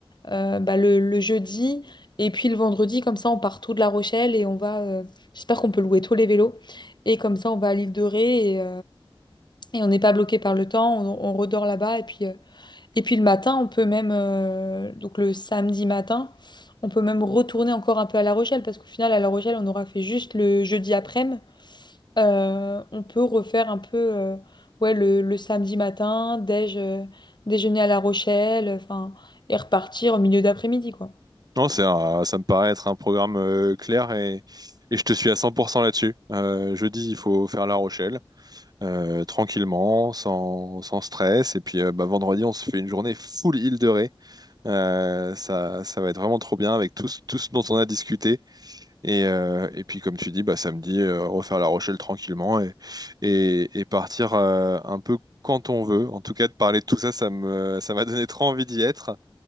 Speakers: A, on the left; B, on the right.
A: euh, bah, le, le jeudi. Et puis le vendredi, comme ça, on part tout de La Rochelle et on va. euh, j'espère qu'on peut louer tous les vélos. Et comme ça, on va à l'île de Ré. Et on n'est pas bloqué par le temps, on, on redort là-bas. Et puis, euh, et puis le matin, on peut même, euh, donc le samedi matin, on peut même retourner encore un peu à La Rochelle, parce qu'au final, à La Rochelle, on aura fait juste le jeudi après-midi. Euh, on peut refaire un peu euh, ouais, le, le samedi matin, déj, euh, déjeuner à La Rochelle, enfin, et repartir au milieu d'après-midi, quoi.
B: Non, c'est un- ça me paraît être un programme euh, clair et, et je te suis à 100% là-dessus. Euh, jeudi, il faut faire La Rochelle euh, tranquillement, sans, sans stress. Et puis euh, bah, vendredi, on se fait une journée full île de Ré. Euh, ça, ça va être vraiment trop bien avec tout, ce- tout ce dont on a discuté. Et, euh, et puis, comme tu dis, bah, samedi, euh, refaire La Rochelle tranquillement et, et, et partir euh, un peu quand on veut. En tout cas, de parler de tout ça, ça me, ça m'a donné trop envie d'y être.